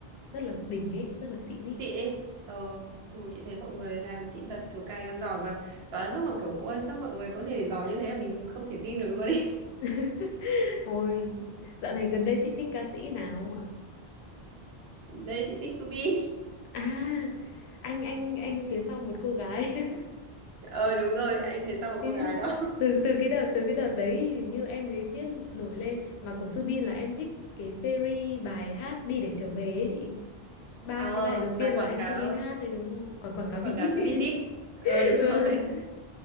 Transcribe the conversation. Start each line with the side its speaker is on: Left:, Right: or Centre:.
Left: rất là đỉnh ấy, rất là xịn ấy.
Right: xịn ấy. Ờ, ừ, chị thấy mọi người làm xịn thật kiểu càng càng giỏi mà đoán đến mức mà kiểu ôi sao mọi người có thể giỏi như thế là mình không thể tin được luôn ý. <laughs>
Left: <laughs> Ôi, dạo này gần đây chị thích ca sĩ nào không ạ?
Right: Đây chị thích Subin.
Left: À, anh anh anh phía sau một cô gái. <laughs>
Right: Ờ đúng rồi, anh phía sau một
Left: Ý,
Right: cô gái đó.
Left: từ
Right: <laughs>
Left: từ cái đợt từ cái đợt đấy thì như em mới biết nổi lên mà của Subin là em thích cái series bài hát đi để trở về ấy chị ba
Right: Ờ,
Left: cái bài đầu tiên
Right: mà
Left: là
Right: quảng
Left: anh
Right: cáo
Left: Subin hát đấy đúng không quảng quảng cáo
Right: quảng
Left: bitit
Right: cáo cho BTS. Ờ
Left: <laughs>
Right: đúng <laughs> rồi.